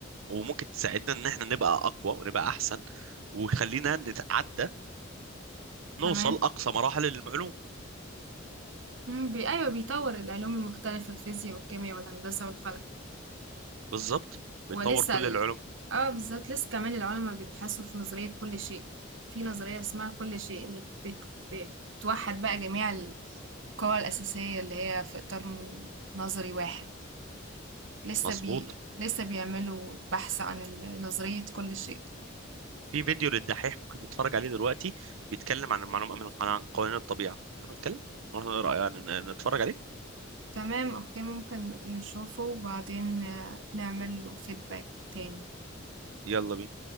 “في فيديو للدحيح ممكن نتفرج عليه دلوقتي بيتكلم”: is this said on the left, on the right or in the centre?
Right